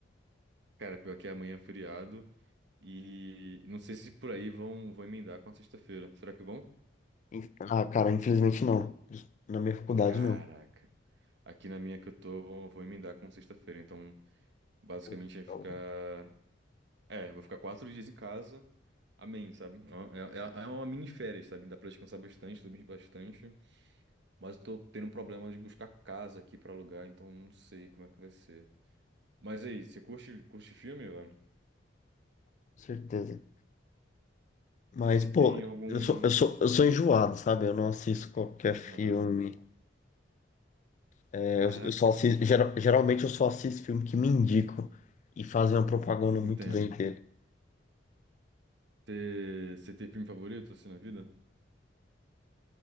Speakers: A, on the right (about 65°); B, on the left (about 40°).
A: Cara, pior que amanhã é feriado e não sei se por aí vão, vão emendar com a sexta-feira. Será que vão?
B: Inf- Ah, cara, infelizmente não. Na minha faculdade,
A: Caraca.
B: não.
A: Aqui na minha que eu tô, vão- vou emendar com sexta-feira. Então, basicamente,
B: Pô,
A: vai
B: então,
A: ficar...
B: com
A: É, vou ficar quatro dias em casa. Amém, sabe? É, é- é é uma mini férias, sabe? Dá pra descansar bastante, dormir bastante. Mas eu tô tendo um problema de buscar casa aqui pra alugar, então não sei como é que vai ser. Mas aí, você curte, curte filme, mano?
B: certeza. Mas,
A: Você
B: pô,
A: tem algum.
B: eu sou, eu sou, eu sou enjoado, sabe? Eu não assisto qualquer filme.
A: Aham.
B: É,
A: Caraca.
B: eu, eu só assisto, geral- geralmente eu só assisto filme que me indicam e fazem uma propaganda muito
A: Entendo.
B: bem dele.
A: Você, você tem filme favorito assim na vida?